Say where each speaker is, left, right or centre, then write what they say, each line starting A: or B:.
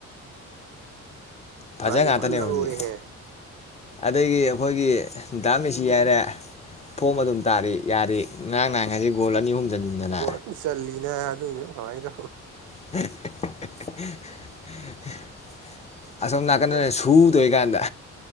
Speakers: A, on the left; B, on the right.
A: ꯐꯖ
B: ꯖꯨ
A: ꯉꯥꯛꯇꯅꯦ
B: ꯐꯜ ꯂꯧꯔꯦꯍꯦ
A: ꯍꯧꯖꯤꯛ ꯑꯗꯒꯤ ꯑꯩꯈꯣꯏꯒꯤ ꯗꯥꯃꯤꯁꯤ ꯍꯥꯏꯔꯦ ꯐꫭꯝ ꯑꯗꯨꯝ ꯇꯥꯔꯤ ꯌꯥꯔꯤ ꯉꯔꯥꯡ ꯅꯍꯥꯡ ꯍꯥꯏꯁꯤ ꯒꯣꯜ ꯑꯅꯤ ꯑꯍꯨꯝ ꯆꯟꯁꯤꯟꯗꯅ
B: ꯒꫭꯜ ꯑꯗꯨꯝ ꯆꯜꯂꯤ ꯌꯥ ꯑꯗꯨꯉꯥꯏꯗ
A: <inaudible> ꯑꯁꯣꯝ ꯅꯥꯀꯟꯗ
B: ꯑꯗꯩ
A: ꯁꯨ ꯇꯣꯏꯔꯤꯀꯥꯟꯗ